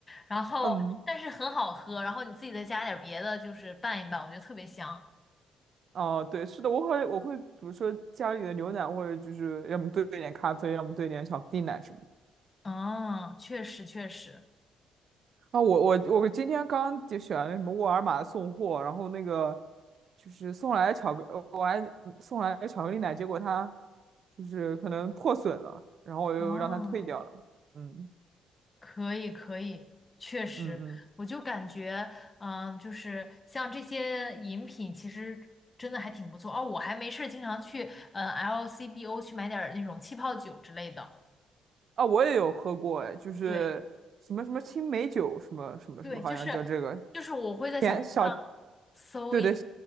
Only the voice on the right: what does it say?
嗯，
哦，对，是的，我会我会比如说家里的牛奶，或者就是要么兑一点咖啡，要么兑一点巧克力奶什么的。
啊，我我我今天刚就选了什么沃尔玛送货，然后那个就是送来巧克，呃我还嗯送来巧克力奶，结果它就是可能破损了，然后我又让它退掉了。
嗯
嗯嗯，
啊，我也有喝过，哎，就是什么什么青梅酒，
什么什么什么，
好像叫这个
甜小，对对，